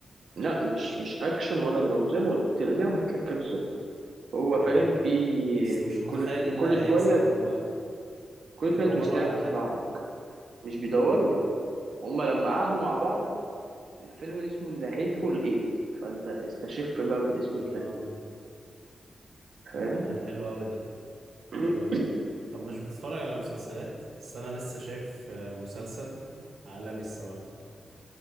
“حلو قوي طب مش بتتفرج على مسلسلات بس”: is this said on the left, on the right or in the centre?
Right